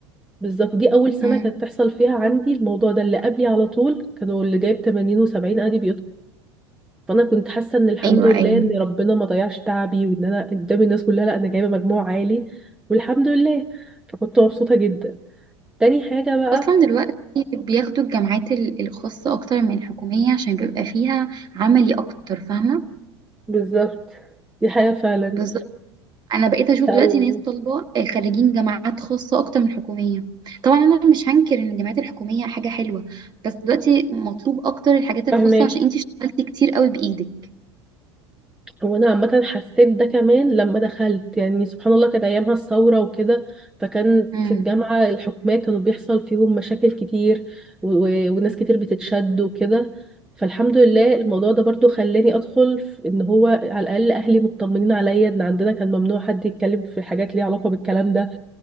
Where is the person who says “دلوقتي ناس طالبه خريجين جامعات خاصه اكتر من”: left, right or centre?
Right